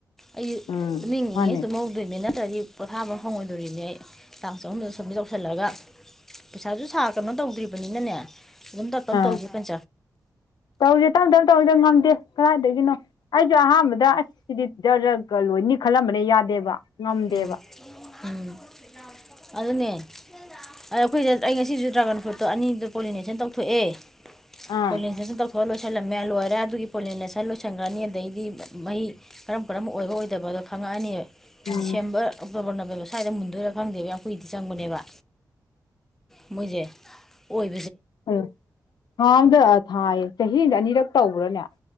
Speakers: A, in the centre; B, on the left.
A: ꯑꯩ
B: ꯎꯝ
A: ꯆꯨꯝꯅꯤꯡꯉꯉꯦ
B: ꯃꯥꯅꯦ
A: ꯆꯨꯝꯍꯧꯗꯣꯏꯅꯤ ꯅꯠꯇ꯭ꯔꯗꯤ ꯄꯣꯊꯥꯐꯝ ꯐꯪꯉꯣꯏꯗꯣꯔꯤꯅꯦ ꯑꯩ ꯇꯥꯡ ꯆꯍꯨꯝꯗ ꯁꯣꯝꯗ ꯌꯧꯁꯤꯜꯂꯒ ꯄꯩꯁꯥꯁꯨ ꯁꯥ ꯀꯅꯣ ꯇꯧꯗ꯭ꯔꯤꯕꯅꯤꯅꯅꯦ ꯑꯗꯨꯝ ꯇꯞ ꯇꯞ
B: ꯑꯥ
A: ꯇꯧꯁꯤ ꯀꯟ
B: ꯇꯧꯁꯦ ꯇꯞ ꯇꯞ ꯇꯧꯔꯤꯗ ꯉꯝꯗꯦ ꯀꯗꯥꯏꯗꯒꯤꯅꯣ ꯑꯩꯁꯨ ꯑꯍꯥꯟꯕꯗ ꯁꯤꯗꯤ ꯖꯔꯒ ꯂꯣꯏꯅꯤ ꯈꯜꯂꯝꯕꯅ ꯌꯥꯗꯦꯕ ꯉꯝꯗꯦꯕ
A: ꯎꯝ ꯎꯝ ꯑꯗꯨꯅꯦ ꯑꯗ ꯑꯩꯈꯣꯏꯗ ꯑꯩ ꯉꯁꯤꯁꯨ ꯗ꯭ꯔꯥꯒꯟ ꯐ꯭ꯔꯨꯠꯇꯣ ꯑꯅꯤꯗꯣ ꯄꯣꯂꯤꯅꯦꯁꯟ ꯇꯧꯊꯣꯛꯑꯦ
B: ꯑꯥ
A: ꯄꯨꯂ ꯊ ꯂꯣꯏꯁꯜꯂꯝꯃꯦ ꯂꯣꯏꯔꯦ ꯑꯗꯨꯒꯤ ꯄꯣꯂꯤꯅꯦꯁꯟ ꯂꯣꯏꯁꯟꯈ꯭ꯔꯅꯤ ꯑꯗꯩꯗꯤ ꯃꯍꯤ ꯀꯔꯝ ꯀꯔꯝꯕ ꯑꯣꯏꯕ ꯑꯣꯏꯗꯕ ꯑꯗꯣ ꯈꯪꯉꯛꯑꯅꯤꯌꯦ
B: ꯎꯝ
A: ꯗꯤꯁꯦꯝꯕꯔ ꯣꯕꯔ ꯅꯕꯦꯕ ꯁ꯭ꯋꯥꯏꯗ ꯃꯨꯟꯗꯣꯏꯔꯥ ꯈꯪꯗꯦꯕ ꯌꯥꯝ ꯀꯨꯏꯗꯤ ꯆꯪꯕꯅꯦꯕ ꯃꯦ ꯑꯣꯏ
B: ꯑ ꯊꯥꯡꯗ ꯊꯥꯏꯌꯦ ꯆꯍꯤꯗ ꯑꯅꯤꯔꯛ ꯇꯧꯕ꯭ꯔꯥꯅꯦ